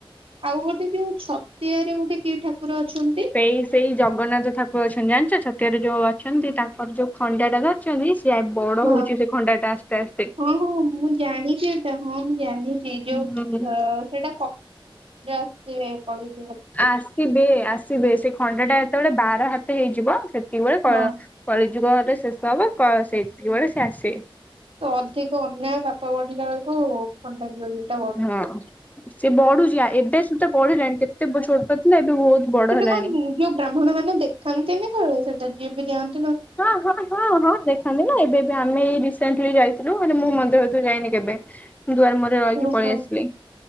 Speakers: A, on the right; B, on the left.
A: ଆଉ ଗୋଟେ ଯୋଉ ଛତିଆରେ ଗୋଟେ କି ଠାକୁର ଅଛନ୍ତି
B: ସେଇ ସେଇ ଜଗନ୍ନାଥ ଠାକୁର ଅଛନ୍ତି। <unintelligible> ଭିତରେ ଯୋଉ ଅଛନ୍ତି ତାଙ୍କର ଯୋଉ ଖଣ୍ଡାଟା ଧରିଛନ୍ତି ସିଏ ବଡ
A: ହଁ
B: ହୋଉଚି ସେ ଖଣ୍ଡା ଟା। ଆସ୍ତେ ଆସ୍ତେ।
A: ହଁ ହଁ ମୁଁ ଜାଣିଚି ଏଟା ହଁ ମୁଁ ଜାଣିଚି ଯୋଉ
B: ହୁଁ
A: ଓ ସେ କି
B: ଆସିବେ ଆସିବେ ସେ ଖଣ୍ଡା ଟା ଯେତେବେଳେ ବାର ହାତ ହେଇଯିବ ସେତିକିବେଳେ
A: ହଁ।
B: କ କଳି ଯୁଗଅରେ ଶେଷ ହବ କ ସେତିକି ବେଳେ ସେ ଆସିବେ।
A: ତ ଅଧିକ ଅନ୍ୟାୟ ସାପ ବଢିଲା ବେଳକୁ ଖଣ୍ଡା ଧରି ଏତ ବଢୁଛି
B: ହଁ।
A: ଆଉ।
B: ସେ ବଢୁଛି ଏବେ ସୁଦ୍ଧା ବଢିଲାଣି କେତେ ଛୋଟ ଥିଲା ଏବେ ବହୁତ ବଡ ହେଲାଣି।
A: ତେବେ <unintelligible> ଯୋଉ ବ୍ରାହ୍ମଣ ମାନେ ଦେଖାନ୍ତିନି ତ ସେଟା ଯିଏ ବି ଯାଆନ୍
B: ହଁ ହଁ ହଁ ହଁ ଦେଖାନ୍ତି ନା। ଏବେ ବି ଆମେ ଏଇ ରସେଣ୍ଟଲି ଯାଇଥିଲୁ। ନୁ, ମାନେ ମୁଁ, ମନ୍ଦିର ଭିତରୁ ଯାଇନି କେବେ? ଦୁଆର ମୋରେ ରହିକି
A: ଓହୋ।
B: ପଳେଇ ଆସିଲି।